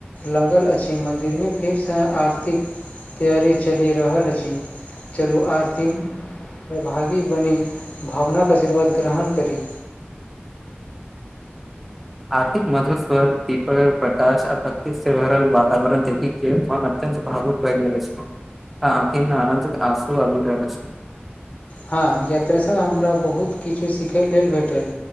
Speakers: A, on the left (about 35°); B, in the centre.
A: लागल अछि मन्दिरमे फेरसँ आरती क <unintelligible> तैयारी चलि रहल अछि चलु आरती भागी बनी भावना आशीर्वाद ग्रहण करी
B: आरतीक मधु स्वर दीपक प्रकाश आ भक्ति से भरल वातावरण देखि केँ मन अत्यंत भावुक <unintelligible> गेल आखी मे आनन्द आसू आबि रहल अछि
A: हँ यात्रासँ हमरा बहुत किछु सिखै लेल भेटल